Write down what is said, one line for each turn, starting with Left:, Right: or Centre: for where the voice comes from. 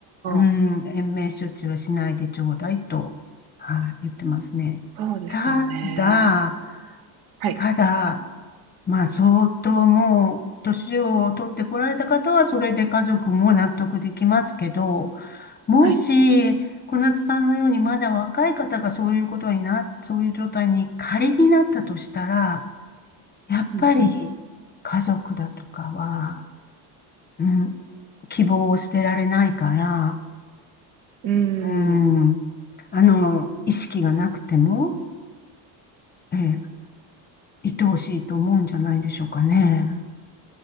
Left: うん、
Right: あ、
Left: 延命処置はしないでちょうだいと、はい、言ってますね。
Right: そうですよね。
Left: ただ、
Right: はい。
Left: ただ、まあ、相当もう、年を取ってこられた方は、それで家族も納得できますけど、もし、
Right: はい。
Left: 小夏さんのようにまだ若い方がそういうことにな、そういう状態に仮になったとしたら、やっぱり家族だとかは、
Right: うんう
Left: うん、希望を捨てられないから、
Right: ん。うーん。
Left: うん、あの、意識がなくても、ええ、愛おしいと思うんじゃないでしょうかね。